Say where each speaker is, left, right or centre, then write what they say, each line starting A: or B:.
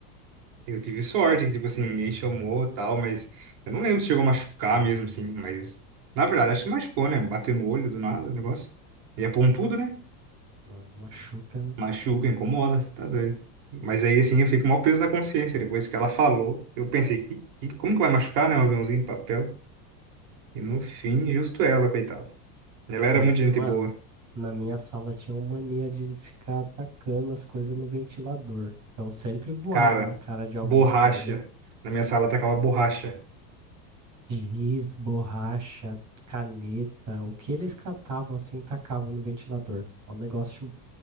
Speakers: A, on the right; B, on the right.
A: eu tive sorte, que, tipo assim, ninguém chamou e tal, mas eu não lembro se chegou a machucar mesmo, assim, mas na verdade, acho que machucou, né? Bater no olho do nada, o negócio. E é pontudo, né?
B: Uma machuca, né?
A: Machuca, incomoda, você tá doido. Mas aí, assim, eu fico com o maior peso na consciência. Depois que ela falou, eu pensei, que, que- como que vai machucar, né? Um aviãozinho de papel. E no fim, justo ela, coitada. Ela era
B: Mas,
A: muito gente
B: mano,
A: boa.
B: na minha sala tinha uma mania de ficar atacando as coisas no ventilador. Então sempre voava
A: Cara,
B: na cara de alguém,
A: borracha.
B: tá ligado?
A: Na minha sala tacava borracha.
B: Giz, borracha, caneta, o que eles catavam assim, tacavam no ventilador. O negócio